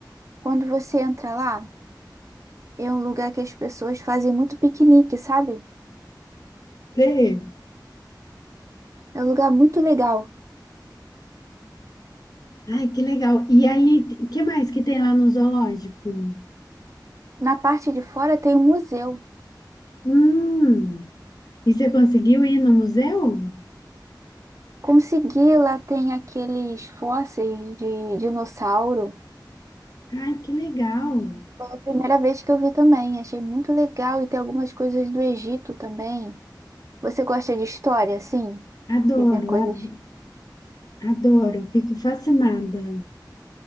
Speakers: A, on the right; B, on the left.
A: Quando você entra lá, é um lugar que as pessoas fazem muito piquenique, sabe?
B: Sim.
A: É um lugar muito legal.
B: Ai, que legal. E aí, o que mais que tem lá no zoológico?
A: Na parte de fora tem um museu.
B: Hum, e você conseguiu ir no museu?
A: Consegui, lá tem aqueles fósseis de dinossauro.
B: Ai, que legal.
A: Foi a primeira vez que eu vi também, achei muito legal e tem algumas coisas do Egito também. Você gosta de história, assim?
B: Adoro,
A: De ver coisas?
B: ad- adoro, fico fascinada.